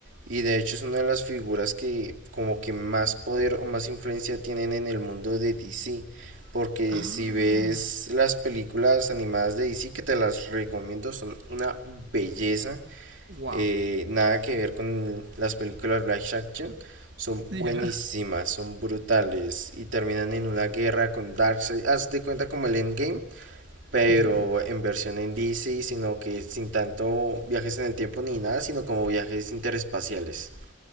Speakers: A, on the right; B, on the right.
A: y de hecho es una de las figuras que como que más poder o más influencia tienen en el mundo de DC. Porque
B: Ah,
A: si ves las películas animadas de DC, que te las recomiendo, son una belleza
B: wow.
A: eh, nada que ver con las películas live action, son
B: <laughs> Ya,
A: buenísimas, son brutales y terminan en una guerra con Darkseid. Haz de cuenta como el Endgame, pero
B: ya.
A: en versión en DC, sino que sin tanto viajes en el tiempo ni nada, sino como viajes interespaciales.